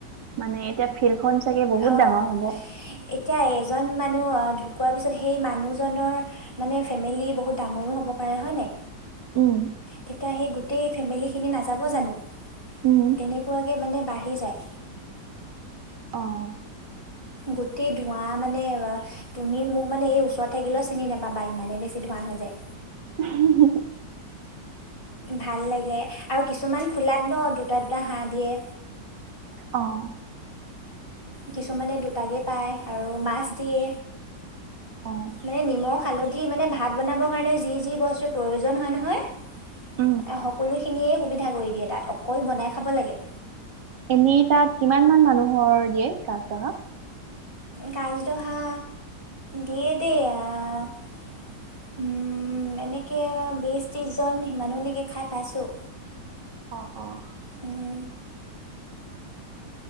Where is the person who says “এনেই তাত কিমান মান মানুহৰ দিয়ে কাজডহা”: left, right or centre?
Right